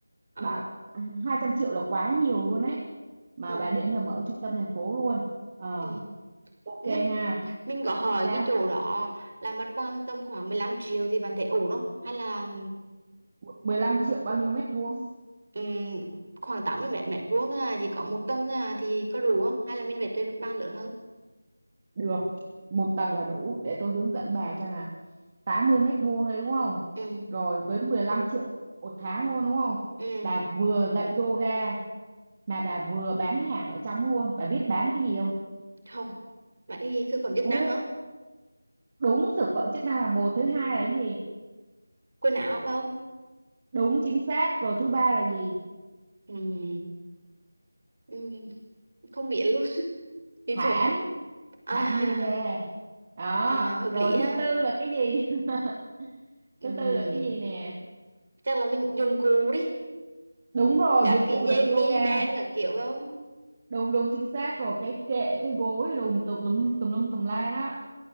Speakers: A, on the right; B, on the right.
A: ờ
B: bà 200 triệu là quá nhiều luôn ấy mà
A: ờ
B: bà để mà mở trung tâm thành phố luôn ờ
A: ừ.
B: Ok
A: N-
B: ha,
A: mình có hỏi
B: sao?
A: cái chỗ đó là mặt bằng tầm khoảng 15 triệu thì bạn thấy ổn không hay là
B: mười lăm triệu bao nhiêu mét vuông?
A: ừm, khoảng 80 mét mét vuông thôi à chỉ có một tầng thôi à thì có đủ không hay là mình phải thuê mặt bằng lớn hơn
B: Được, một tầng là đủ để tôi hướng dẫn bà cho nè. tám mươi mét vuông đấy đúng không?
A: ừ
B: Rồi với 15 triệu một tháng luôn đúng không?
A: ừ
B: Bà vừa dạy yoga mà bà vừa bán hàng ở trong luôn. Bà biết bán cái gì không?
A: không bạn đi thực phẩm chức
B: Ồ,
A: năng hả
B: đúng thực phẩm chức năng là một, thứ hai là cái gì?
A: quần áo phải không
B: Đúng chính xác, rồi thứ ba là gì?
A: ừ ừ không biết luôn bị
B: Thảm,
A: khấm à
B: thảm yoga. Đó,
A: à hợp
B: rồi
A: lý
B: thứ
A: ha
B: tư là cái gì? <laughs>
A: Ừm,
B: Thứ tư là cái gì nè?
A: chắc là mình dùng cụ đi
B: Đúng rồi,
A: cả
B: dụng
A: cái
B: cụ
A: dây
B: tập
A: mini
B: yoga
A: band cả kiểu phải không
B: đúng đúng chính xác rồi cái kệ cái gối đùm tùm lum tùm lum tùm la đó